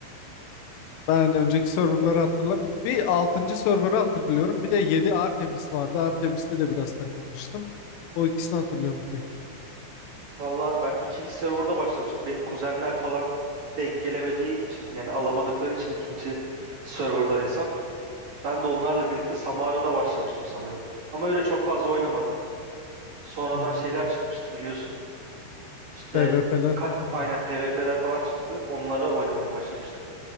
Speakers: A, on the left; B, on the right.
A: ben önceki serverları hatırlamıyorum. Bir altıncı serverı hatırlıyorum. Bir de 7 Artemis vardı. Artemis'te de biraz takılmıştım. O ikisini hatırlıyorum bir tek.
B: Valla ben ikinci serverda başlamıştım. Benim kuzenler falan denk gelemediği için yani alamadıkları için ikinci serverdan hesap. Ben de onlarla birlikte Samara'da başlamıştım sanırım. Ama öyle çok fazla oynamadım. Sonradan
A: Hmm,
B: şeyler çıkmıştı biliyorsun. İşte
A: PvP'ler
B: kaç
A: falan mı?
B: aynen PvP'ler falan çıktı. Onlara oynamaya başlamıştık.